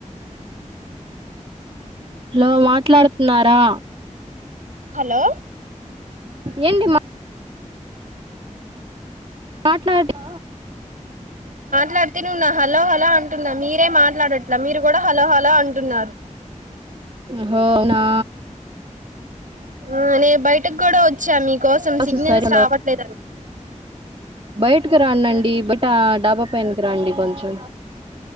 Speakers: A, on the right; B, on the right.
A: hello మాట్లాడుతున్నారా
B: హలో
A: ఏంటి మా మాట్లాడే
B: డత ను నా హలో హలో అంటున్నా మీరే మాట్లాడట్లే మీరు కూడా హలో హలో అంటున్నారు
A: హోనా
B: ఆ నేబ్ బయటకు కూడా వచ్చా మీక్ కోసం
A: కాల్స్
B: సిగ్నల్స్
A: సరి
B: రావట్లేదు
A: బయటకు రానం డి బయట ఆ డాబా పైనికి రాండి కొంచెం